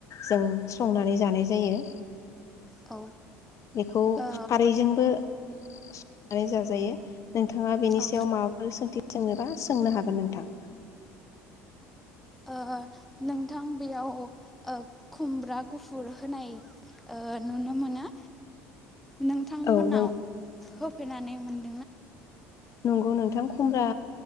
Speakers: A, on the left; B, in the centre.
A: जों संनानै जानाय जायो
B: औ
A: बेखौ
B: ओ
A: खारैजोंबो <inaudible> नानै जाजायो नोंथाङा बेनि
B: औ
A: सायाव माबाफोर सोंथि सोंनोबा सोंनो हागोन नोंथां
B: ओ नोंथां बेयाव ओ खुमब्रा गुफुर होनाय ओ नुनो मोनो नोंथांमोनाव
A: औ नों
B: होफेरनानै मोन
A: नंगौ नोंथां खुमब्रा